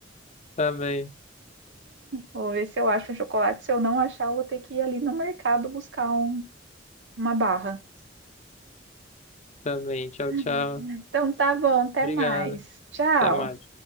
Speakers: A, on the left (about 40°); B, on the right (about 75°).
A: Também,
B: Vou ver se eu acho um chocolate. Se eu não achar, eu vou ter que ir ali no mercado buscar um- uma barra.
A: também.
B: <laughs>
A: Tchau, tchau.
B: Então tá bom, até
A: Obrigado.
B: mais. Tchau.
A: Até mais.